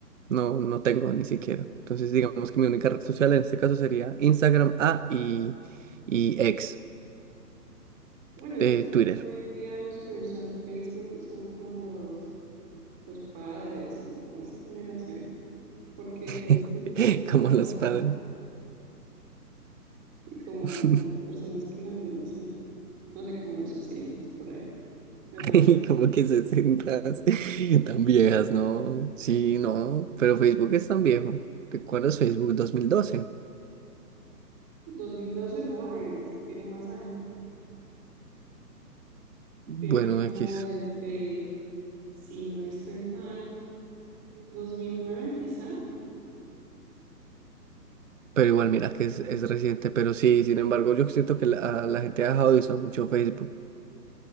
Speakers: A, on the right; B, on the right.
A: no, no tengo ni siquiera. Entonces digamos que mi única red social en este caso sería Instagram, A y, y ex
B: Bueno, es
A: de
B: que
A: Twitter,
B: hoy en día los que usan Facebook son como los, los padres y como esa generación. porque Facebook,
A: <laughs>
B: ¿quién lo
A: como
B: usa?
A: los
B: O sea,
A: padres.
B: y como
A: <laughs>
B: las personas que nacieron así, no sé, como los 60 por ahí, me
A: <laughs>
B: parece.
A: Y como que 60 <laughs> tan viejas, ¿no? Sí, no, pero Facebook es tan viejo. ¿Recuerdas Facebook 2012?
B: 2012 no, es- tiene más años,
A: Bueno,
B: tiene como
A: X.
B: desde, si no estoy mal, 2009 quizá.
A: Pero igual, mira que es, es reciente, pero sí, sin embargo, yo siento que la, la gente ha dejado de usar mucho Facebook.